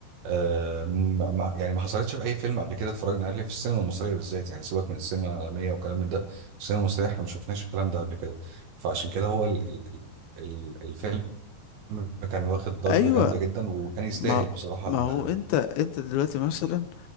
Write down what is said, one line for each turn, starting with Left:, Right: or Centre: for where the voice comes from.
Right: آه ما- ما- يعني ما حصلتش في اي فيلم قبل كده اتفرجنا عليه في السينما المصريه بالذات يعني سيبك من السينما العالميه والكلام من ده السينما المصريه احنا ما شفناش الكلام ده قبل كده فعشان كده هو ال ال ال الفيلم كان واخد ضجه
Left: ايوه
Right: جامده جدا وكان يستاهل
Left: ما
Right: بصراحه
Left: ما
Right: ال-
Left: هو انت انت دلوقتي مثلا